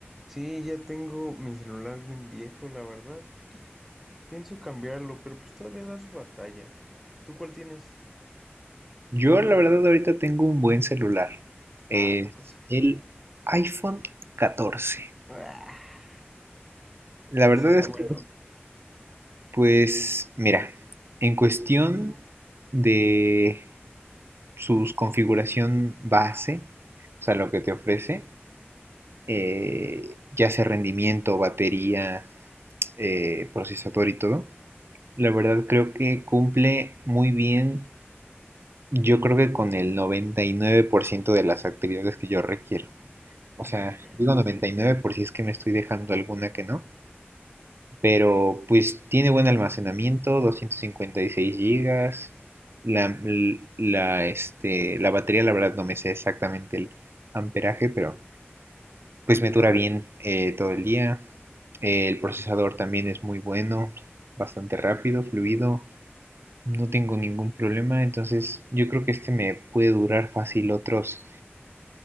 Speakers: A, in the centre; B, on the right (about 65°).
A: Sí, ya tengo mi celular bien viejo, la verdad, y pienso cambiarlo, pero pues todavía da su batalla. ¿Tú cuál tienes?
B: Yo la verdad ahorita tengo un buen celular. Es
A: Ah, ¿a poco sí.
B: el iPhone 14.
A: Ah,
B: La
A: ¿Y
B: verdad
A: si está
B: es
A: bueno?
B: que, pues, mira, en cuestión de su configuración base, o sea, lo que te ofrece, eh, ya sea rendimiento, batería, eh, procesador y todo, la verdad creo que cumple muy bien, yo creo que con el 99% de las actividades que yo requiero. O
A: Ok.
B: sea, digo 99 por si es que me estoy dejando alguna que no. Pero pues tiene buen almacenamiento, 256 gigas. La, la, este, la batería, la verdad, no me sé exactamente el amperaje, pero pues me dura bien eh, todo el día. Eh, El procesador también es muy bueno, bastante rápido, fluido. No tengo ningún problema, entonces yo creo que este me puede durar fácil otros